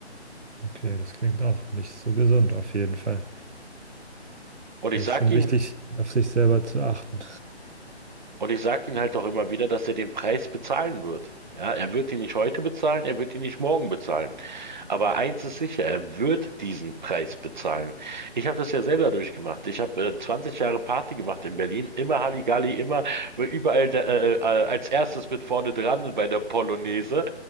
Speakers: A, on the right; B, on the right.
A: Okay, das klingt auch nicht so gesund auf jeden Fall.
B: Und ich
A: Es
B: sag
A: ist schon
B: ihm,
A: wichtig, auf sich selber zu achten.
B: Und ich sage ihm halt auch immer wieder, dass er den Preis bezahlen wird. Ja, er wird ihn nicht heute bezahlen, er wird ihn nicht morgen bezahlen. Aber eins ist sicher, er wird diesen Preis bezahlen. Ich habe das ja selber durchgemacht. Ich habe äh, 20 Jahre Party gemacht in Berlin, immer Halligalli, immer äh, überall da, äh, äh, als erstes mit vorne dran bei der Polonaise.